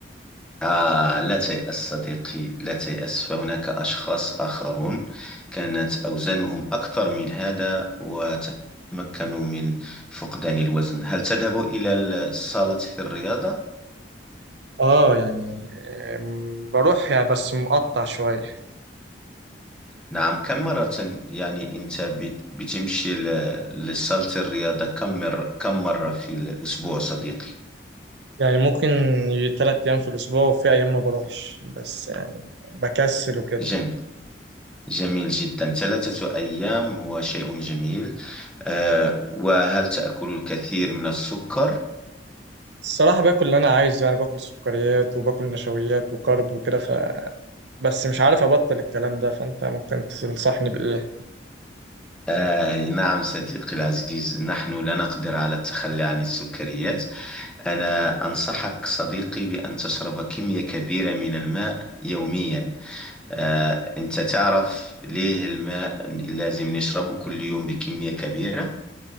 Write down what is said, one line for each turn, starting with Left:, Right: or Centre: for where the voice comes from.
Centre: آه لا تيأس صديقي لا تيأس فهناك أشخاص آخرون كانت أوزانهم أكثر من هذا وتمكنوا من فقدان الوزن هل تذهب إلى ال- صالة الرياضة؟
Right: اه يعني آم، بروح يعني بس مقطع شوية
Centre: نعم كم مرة يعني أنت بت- بتمشي ل- لصالة الرياضة كم مرة كم مرة في الأسبوع صديقي؟
Right: يعني ممكن ي- تلات ايام في الاسبوع وفي ايام ما بروحش بس يعني بكسل وكده
Centre: جميل جميل جدا ثلاثة أيام هو شيء جميل آه، وهل تأكل الكثير من السكر؟
Right: الصراحة باكل اللي انا عايزه يعني باكل سكريات وباكل نشويات وكارب وكده بس مش عارف ابطل الكلام ده فانت ممكن تنصحني بايه
Centre: آه نعم صديقي العزيز نحن لا نقدر على التخلي عن السكريات أنا أنصحك صديقي بأن تشرب كمية كبيرة من الماء يوميا آه أنت تعرف ليه الماء لازم نشربه كل يوم بكمية كبيرة